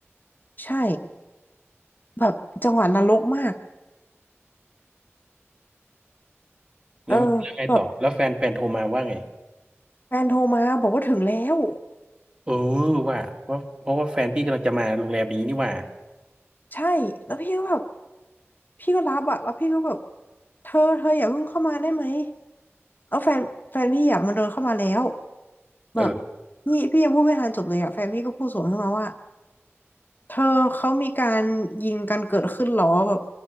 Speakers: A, on the left; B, on the right.
A: ใช่แบบจังหวะนรกมาก
B: แล้วแล้วไงต่อแล้วแฟนแฟนโทรมาว่าไง
A: เออแบบแฟนโทรมาบอกว่าถึงแล้ว
B: เออว่าว่าเพราะว่าแฟนพี่กำลังจะมาโรงแรมนี้นี่หว่า
A: ใช่แล้วพี่ก็แบบ พี่ก็รับอะแล้วพี่ก็แบบเธอเธออย่าเพิ่งเข้ามาได้ไหมแล้วแฟนแฟนพี่อะมันเดินเข้ามาแล้ว
B: เออ
A: แบบนี่พี่ยังพูดไม่ทันจบเลยอะแฟนพี่ก็พูดสวนขึ้นมาว่าเธอเขามีการยิงกันเกิดขึ้นเหรอแบบ